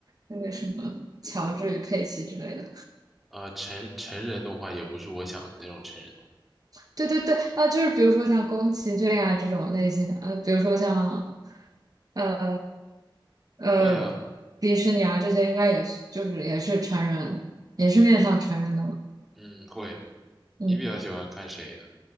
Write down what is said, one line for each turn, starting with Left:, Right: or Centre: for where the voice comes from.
Right: 那个什么乔治与佩奇之类的。
Centre: 呃成成人动画也不是我想的那种成人动
Right: 对对对，啊，就是比如说像宫崎骏啊这种类型的，呃，比如说像呃
Centre: 画。
Right: 呃迪士尼啊这些，
Centre: 会啊，
Right: 应该也是就是也是成人，也是面向成人的嘛。
Centre: 嗯，会。
Right: 嗯
Centre: 你比较喜欢看谁的？